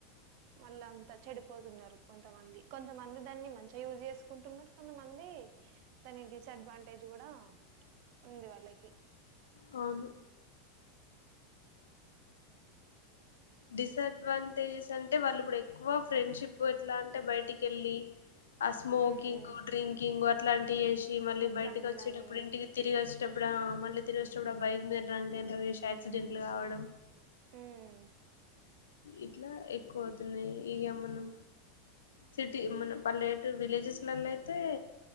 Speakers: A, on the right; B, on the left.
A: మళ్ళ అంత చెడిపోతున్నారు కొంతమంది కొంతమంది దాన్ని మంచిగా యూజ్ చేసుకుంటున్నారు కొంతమంది ఉంది డిసడ్వాంటేజ్ కూడా ఉంది వాళ్ళకి
B: అవును డిసడ్వాంటేజెస్ అంటే వాళ్ళు ఇప్పుడు ఎక్కువ ఫ్రెండ్షిప్ అట్లా అంటే బయటికెళ్ళి ఆ స్మోకింగ్
A: ఉమ్
B: డ్రింకింగ్ అట్లాంటి చేసి మళ్ళీ
A: ఆ
B: బయటకి
A: క్లబ్లని
B: వచ్చేటప్పుడు ఇంటికి తిరిగి వచ్చేటప్పుడు ఇప్పుడా మళ్ళీ తిరిగి వచ్చినప్పుడు బైక్ మీద డ్రంక్ అండ్ డ్రైవ్ చేసి యాక్సిడెంట్లు కావడం
A: ఉమ్
B: ఇట్లా ఎక్కువ అవుతున్నాయి ఇగ మనం సిటీ మన పల్లెటురు విలేజెస్లలో అయితే